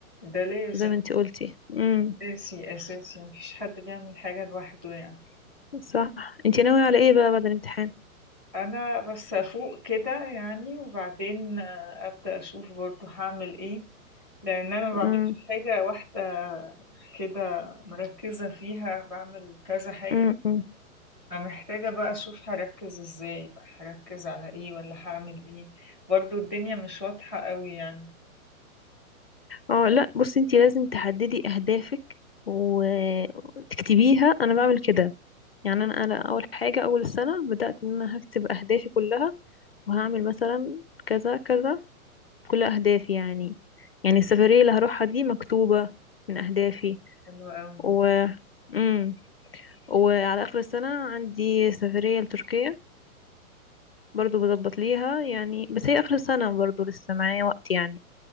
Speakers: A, in the centre; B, on the left.
A: ده لازم
B: زي ما انتي قلتي مم.
A: أساسي، أساسي، ما فيش حد بيعمل حاجة لوحده يعني.
B: صح انتي ناوية على ايه بقى بعد الامتحان
A: أنا بس أفوق كده يعني وبعدين آه، أبدأ أشوف برضه هاعمل إيه، لأن أنا ما باعملش
B: مم.
A: حاجة واحدة كده مركّزة فيها، باعمل كذا حاجة،
B: مم.
A: فمحتاجة بقى أشوف هاركّز إزاي بقى، هاركّز على إيه والّا هاعمل إيه، برضه الدنيا مش واضحة أوي يعني.
B: اه لا بصي انتي لازم تحددي اهدافك وتكتبيها انا بعمل كده يعني انا انا اول حاجه اول السنه بدات ان انا هكتب اهدافي كلها وهعمل مثلا كذا كذا كل اهدافي يعني يعني السفريه اللي هروحها دي مكتوبه من اهدافي
A: حلو أوي،
B: و امم وعلى اخر السنه عندي سفريه لتركيا برضو بظبط ليها يعني بس هي اخر السنه برضو لسه معايا وقت يعني